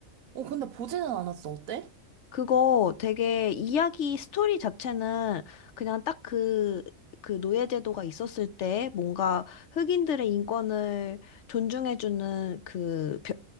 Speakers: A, on the right (about 85°); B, on the left (about 65°).
A: 어, 근데 보지는 않았어. 어때?
B: 그거 되게 이야기 스토리 자체는 그냥 딱 그, 그 노예제도가 있었을 때 뭔가 흑인들의 인권을 존중해주는 그 벼-